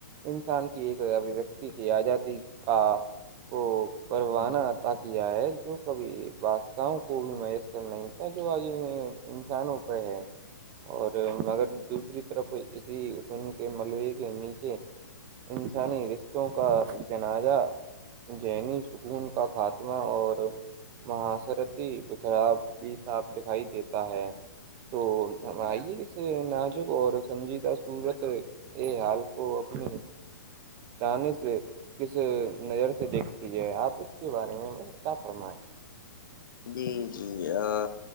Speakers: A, on the right (about 30°); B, on the left (about 75°).
A: انسان کی ایک ابویکتی کی آزادی کا وہ پروانہ عطا کیا ہے جو کبھی بادشاہوں کو بھی میسر نہیں تھا جو آگے انسان اوپر ہے اور مگر دوسری طرف اسی ان کے ملبے کے نیچے انسانی رشوں کا جنازہ ذہنیی سکون کا خاتمہ اور مہاسرتی ہی خراب بھی صاف دکھائی دیتا ہے تو ہم آئیے کس ناجک اور سنجید سورت ا حال کو اپنی ان سے کس نظر سے دیکھتی ہے یہ آپ اس کے بارے میں مت فرمائیں
B: جی جی ہاں